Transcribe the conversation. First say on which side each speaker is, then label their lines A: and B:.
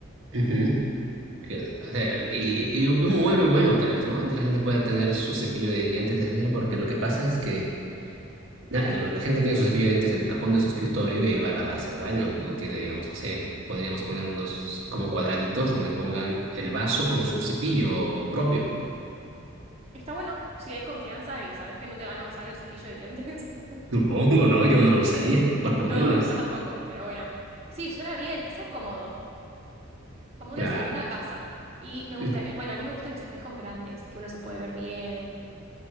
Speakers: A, on the right; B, on the right.
A: Ujú, que- o sea, y, y- y un mueble bueno, tal vez, ¿no? Donde la gente pueda tener su cepillo de dientes, etcétera, porque lo que pasa es que. Na- lo- La gente tiene su cepillo de dientes en el cajón de su escritorio y va a lavarse el baño. No tiene, digamos, no sé, podríamos poner unos como cuadraditos donde pongan el vaso con su cepillo propio.
B: Está bueno, si hay confianza y sabes que no te van a usar el cepillo de dientes.
A: <laughs>
B: <laughs>
A: Supongo, ¿no? Yo no lo usaría, por lo
B: No,
A: menos.
B: yo tampoco, pero bueno. Sí, suena bien, que sea cómodo, como una
A: Claro.
B: segunda casa. Y me gusta,
A: Mm,
B: eh, bueno, a mí me gustan los espejos grandes, que uno se puede ver bien,